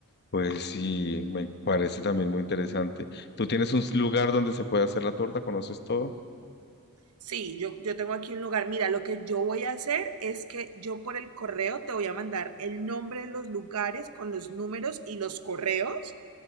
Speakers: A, on the left (about 50°); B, on the right (about 80°).
A: Pues sí, me parece también muy interesante. ¿Tú tienes un lugar donde se puede hacer la torta? ¿Conoces todo?
B: Sí, yo, yo tengo aquí un lugar. Mira, lo que yo voy a hacer es que yo por el correo te voy a mandar el nombre de los lugares con los números y los correos